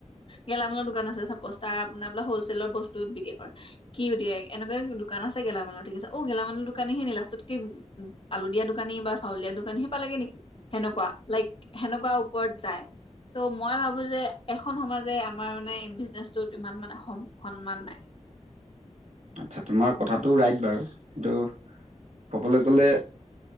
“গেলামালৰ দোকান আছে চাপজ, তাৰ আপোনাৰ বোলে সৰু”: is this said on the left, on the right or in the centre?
Left